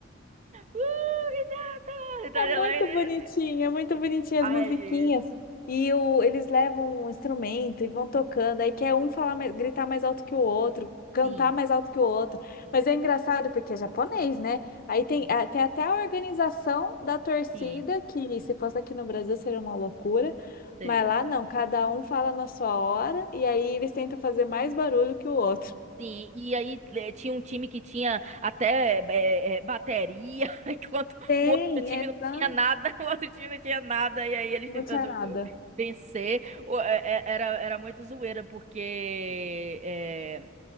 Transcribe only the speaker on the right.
Uh, Renata! Eu estaria
lá... e-
Ai,
gente.
Sim,
sim,
sim,
sim.
Seria.
Sim, e aí eh, tinha um time que tinha até eh, eh, bateria, <laughs> enquanto
o outro time
não tinha nada, <laughs> o outro time não tinha nada, e aí eles
tentando
vencer. O- é- é- Era, era muito zoeira, porque eh,